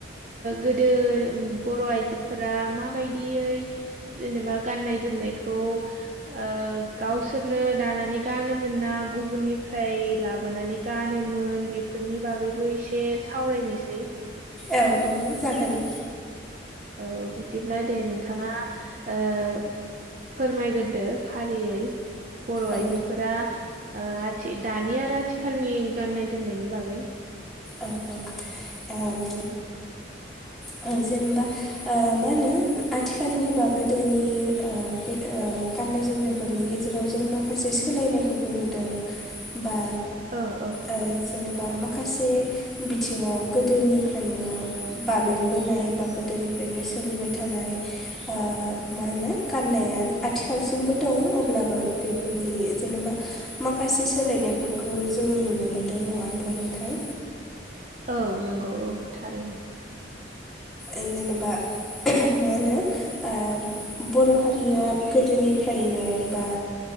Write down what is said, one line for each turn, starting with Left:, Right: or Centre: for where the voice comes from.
Right: गोदो बर' आइजोफोरा माबायदियै जेनेबा गाननाय जोमनायखौ उह गावसोरनो दानानै गानोमोना गुबुननिफ्राय लाबोनानै गानोमोन बेफोरनि बागैबो एसे सावरायनोसै।
Centre: औ औ जागोन।
Right: औ बिदिब्ला दे नोंथाङा उह फोरमायगोरदो फारियै बर'
Centre: औ
Right: आइजो फोरा उह आथि दानि आरो आथिखालनि गाननाय जोमनायनि बागै।
Centre: औ औ ओम हो जेनोबा उह मा होनो आथिखालनि बा गोदोनि उह गे-उह गाननाय जोमनाय फोरनि गेजेराव जों माखासे सोलायनायखौबो नुदों बा
Right: औ औ
Centre: उह जेनोबा माखासे बिथिङाव गोदोनिफ्रायनो बा भेन्ट बोनाय बा गोदोनिफ्रायनो सोलिबाय थानाय उह मा होनो गाननाया आथिखालसिमबो दं अब्लाबो बेफोरनि जेनोबा माखासे सोलायनायफोरखौ जों नुनो मोन्दों नङा होमब्ला नोंथां?
Right: औ नंगौ औ थारैनो।
Centre: ओं जेनोबा मा होनो उह बर' हारिया गोदोनिफ्रायनो बा